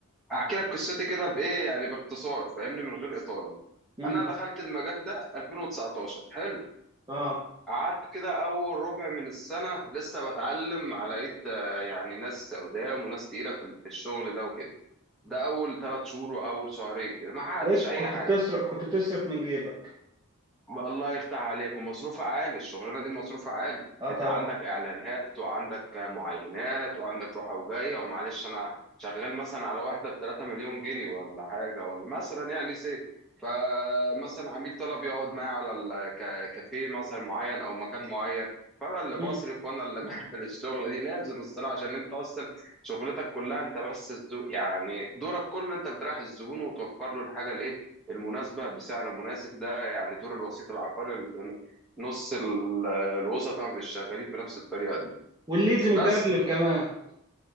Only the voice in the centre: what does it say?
هحكي لك قصتي كده بايه يعني باختصار فاهمني من غير اطاله
انا دخلت المجال ده 2019 حلو
قعدت كده اول ربع من السنه لسه بتعلم على ايد آه، يعني ناس قدام وناس تقيله في في الشغل ده وكده ده اول ثلاث شهور واول شهرين كده ما حققتش
اي
حاجه
الله يفتح عليك ومصروفها عالي الشغلانه دي مصروفها عالي
انت
عندك اعلانات وعندك معاينات وعندك روحه وجايه ومعلش انا شغال مثلا على واحده ب 3 مليون جنيه ولا حاجه ولا مثلا يعني سي فمثلا عميل طلب يقعد معايا على الكافيه مثلا معين او مكان معين فانا اللي
بصرف وانا اللي <laughs> بعمل الشغله دي لازم الصراحه عشان انت اصلا شغلتك كلها انت بس الزو... يعني دورك كله انت بتريح الزبون وتوفر له الحاجه الايه المناسبة بسعر مناسب ده يعني دور الوسيط العقاري اللي نص ال- الوسطاء مش شغالين بنفس الطريقة دي
بس